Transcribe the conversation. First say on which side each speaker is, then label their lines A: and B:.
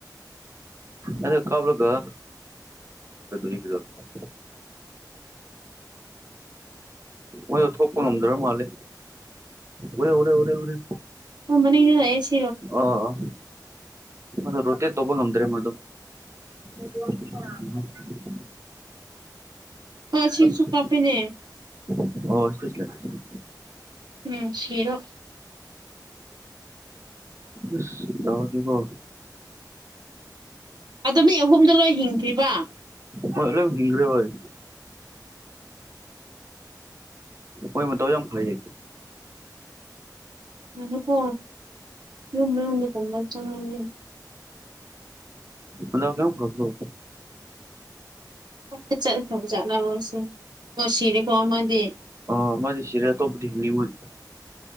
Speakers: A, on the right (about 40°); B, on the right (about 70°).
A: ꯑꯗꯨ ꯀꯥꯞꯂꯒ <unintelligible> ꯃꯣꯏꯗꯣ ꯊꯣꯛꯄ ꯉꯝꯗ꯭ꯔ ꯃꯥꯜꯂꯦ ꯎꯔꯦ ꯎꯔꯦ ꯎꯔꯦ ꯎꯔꯦ
B: ꯍꯣꯏ ꯃꯅꯤꯡꯗ ꯂꯩꯌꯦ ꯁꯤ
A: ꯑꯥ ꯑꯥ ꯃꯗꯨ ꯔꯣꯇꯦꯠ ꯇꯧꯕ ꯉꯝꯗ꯭ꯔꯦ ꯃꯗꯨ <unintelligible>
B: ꯉꯁꯤꯁꯨ
A: ꯑꯁ
B: ꯀꯥꯞꯄꯤꯅꯦ
A: <unintelligible>
B: ꯎꯝ ꯁꯤꯔꯣ
A: ꯎꯁ ꯗꯥꯎꯗꯤꯀꯣ
B: ꯑꯗꯣ ꯃꯤ ꯑꯍꯨꯝꯗꯣ ꯂꯣꯏ ꯍꯤꯡꯈꯔ꯭ꯤꯕ
A: ꯍꯣꯏ ꯂꯣꯏꯝ ꯍꯤꯡꯒ꯭ꯔꯦ ꯍꯣꯏ ꯃꯣꯏ ꯃꯗꯥꯎ ꯌꯥꯝ ꯐꯩꯌꯦ
B: ꯉꯥꯏꯌꯨꯀꯣ ꯌꯨꯝ ꯃꯅꯨꯡꯗꯒꯨꯝꯕ ꯆꯡꯉꯒꯦ
A: ꯍꯟꯗꯛ ꯀꯌꯥꯃꯨꯛ ꯐꯕꯔꯣ
B: ꯆꯠꯂꯦ ꯆꯠꯂꯥ ꯐꯕꯖꯥꯠꯂꯥꯕꯥ ꯃꯁꯦ ꯁꯤꯔꯦꯀꯣ ꯑꯃꯗꯤ
A: ꯑꯃꯗꯤ ꯁꯤꯔꯦ ꯑꯇꯣꯞꯄꯗꯤ ꯍꯤꯡꯂꯤ ꯃꯣꯏ